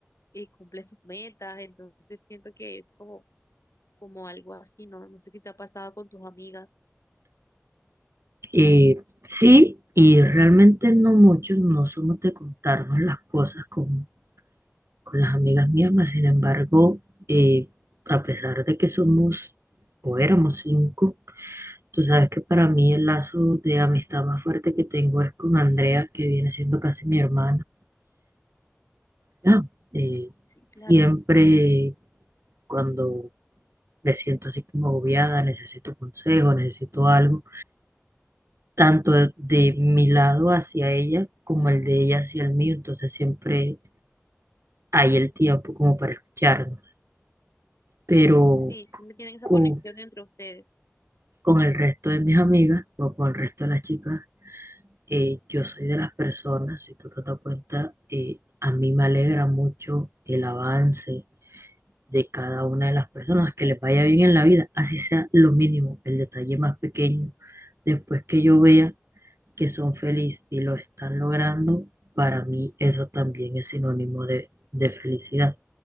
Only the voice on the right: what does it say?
Eh, sí, y realmente no muchos no somos de contarnos las cosas con, con las amigas mismas. Sin embargo, eh, a pesar de que somos o éramos cinco, tú sabes que para mí el lazo de amistad más fuerte que tengo es con Andrea, que viene siendo casi mi hermana. Ya, eh,
siempre cuando me siento así como agobiada, necesito consejo, necesito algo, tanto de, de mi lado hacia ella como el de ella hacia el mío, entonces siempre hay el tiempo como para escucharnos. Pero
co-
con, el resto de mis amigas o con el resto de las chicas, eh, yo soy de las personas, si tú te das cuenta, eh, a mí me alegra mucho el avance de cada una de las personas, que les vaya bien en la vida, así sea lo mínimo, el detalle más pequeño. Después que yo vea que son felices y lo están logrando, para mí eso también es sinónimo de, de felicidad.